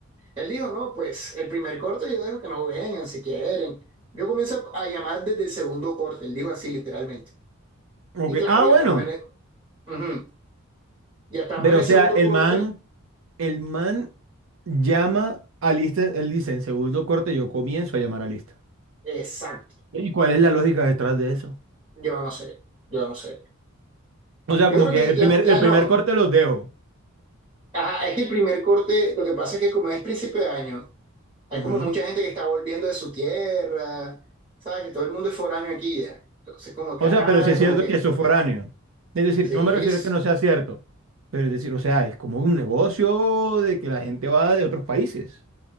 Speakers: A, on the right; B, on the right.
A: Él dijo, no, pues el primer corte yo dejo que nos vengan si quieren. Yo comienzo a llamar desde el segundo corte, él dijo así literalmente.
B: Ok,
A: Y claro,
B: ah,
A: ya
B: bueno.
A: estamos en el, ujú, ya estamos
B: Pero,
A: en el
B: o
A: segundo
B: sea, el
A: corte,
B: man, el man llama a lista, él dice, en segundo corte yo comienzo a llamar a lista.
A: exacto.
B: ¿Y cuál es la lógica detrás de eso?
A: Yo no sé, yo no sé.
B: O sea,
A: Yo
B: como
A: creo
B: que
A: que
B: el
A: la,
B: primer,
A: la-
B: el primer
A: no,
B: corte los dejo.
A: ajá, es que el primer corte, lo que pasa es que como es principio de año, hay
B: Ujú.
A: como mucha gente que está volviendo de su tierra, ¿sabes? Que todo el mundo es foráneo aquí ya. Entonces como que,
B: O
A: ajá,
B: sea, pero si es
A: como
B: cierto
A: que,
B: que eso es foráneo. Es decir,
A: sí,
B: no me refiero
A: sí,
B: a que no sea cierto, pero es decir, o sea, es como un negocio de que la gente va de otros países.